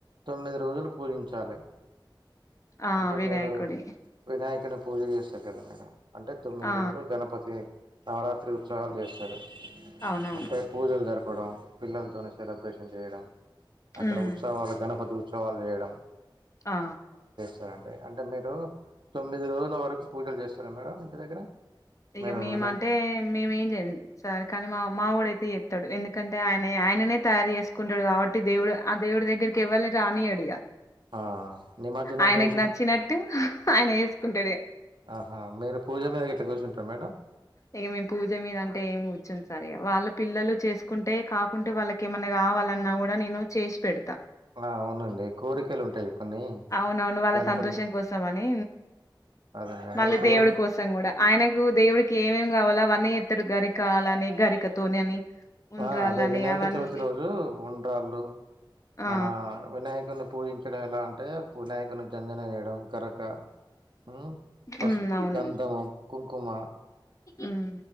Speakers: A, on the right; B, on the left.
A: తొమ్మిది రోజులు పూజించాలి
B: ఆ
A: అంటే
B: వినాయకుడి
A: మీరు వినాయకుని పూజ చేస్తారు గాదా మేడం అంటే తొమ్మిది
B: ఆ
A: రోజులు గణపతి నవరాత్రి ఉత్సవాలు చేస్తారు
B: అవునవును
A: అంటే పూజలు జరు పడం పిల్లలతో సెలబ్రేషన్ చేయడం అక్కడ
B: ఉమ్
A: ఉత్సవాల గణపతి ఉత్సవ తోవాలు చేయడం
B: ఆ
A: సరే అండి అంటే మీరు తొమ్మిది రోజుల వరకు పూజలు చేస్తారా మేడం ఇంటి దగ్గర
B: ఇక
A: మీరు
B: మేమ
A: వినాయక్
B: అంటే మేము చేయం సార్ కానీ మా మావడయితే చెత్తాడు ఎందుకంటే ఆయన ఆయననే తయారు చేసుకుంటాడు కాబట్టి దేవుడు ఆ దేవుడి దగ్గరికి ఎవ్వారిని రానియాడు ఇగ
A: ఆ నిమజ్జనం
B: ఆయనకి
A: రోజు
B: నచ్చినట్టు ఆయన చేసుకుంటాడు ఇగ
A: ఆహా మీరు పూజ మీద గిట్ట కూర్చుంట ట మేడం
B: ఇక మేము పూజ మీద అంటే ఏమి కుచ్చోం సార్ ఇగ వాళ్ళ పిల్లలు చేసుకుంటే కాకుంటే వాళ్ళకి ఏమన్నా కావాలన్నా కూడా నేను చేసి పెడతా
A: ఆ అవునండి కోరికలు ఉంటాయి కొన్ని
B: అవునవును వాళ్ళ
A: గణపతి
B: సంతోషం కోసం అని
A: అదే మేడం
B: మళ్ళీ
A: ఇప్పుడు
B: దేవుడి కోసం కూడా ఆయనకు దేవుడికి ఏమేమి గవల్ల అన్నీ చెత్తారు గరికాల అని గరికతోని అని ఉండ్రాళ్ళని
A: ఆ అదే వినాయక
B: అవన్నీ
A: చవితి రోజు ఉండ్రాళ్ళు
B: ఆ
A: మన వినాయకుని పూజించడం ఎలా అంటే పూనాయకుని జంజన వేయడం గరక ఉ పసుపు
B: ఉమ్ అవును
A: గంధము కుంకుమ
B: ఉమ్